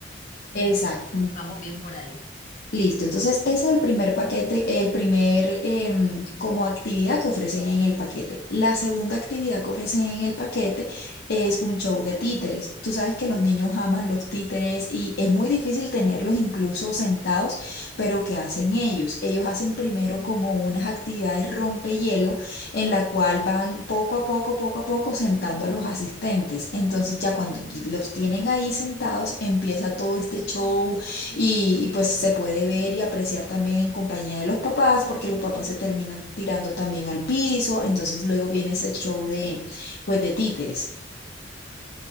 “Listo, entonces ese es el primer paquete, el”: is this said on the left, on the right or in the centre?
Left